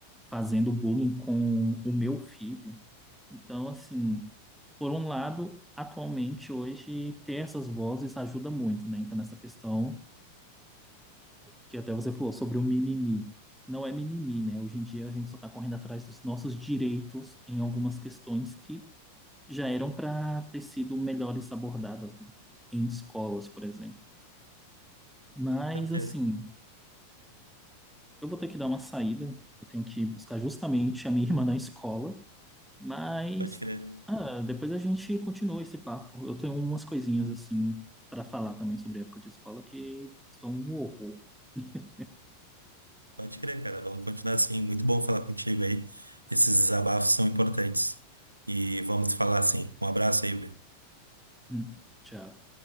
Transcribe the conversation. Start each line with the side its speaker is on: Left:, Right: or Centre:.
Centre: fazendo bullying com o meu filho. Então, assim, por um lado, atualmente, hoje, ter essas vozes ajuda muito, né? Então, nessa questão que até você falou sobre o mimimi. Não é mimimi, né? Hoje em dia a gente só está correndo atrás dos nossos direitos em algumas questões que já eram para ter sido melhores abordadas, né? Em escolas, por exemplo. Mas,
Right: certeza.
Centre: assim, Eu vou ter que dar uma saída. Eu tenho que buscar justamente a minha <laughs> irmã na escola. Mas
Right: Pode crer.
Centre: ah, depois a gente continua esse papo. Eu tenho umas coisinhas assim para falar também sobre a época de escola que são um horror. <laughs>
Right: Pode crer, cara. Vamos continuar assim. Muito bom falar contigo aí. Esses desabafos são importantes. E vamos falar assim. Um abraço aí, Bruno.
Centre: Hum, Tchau.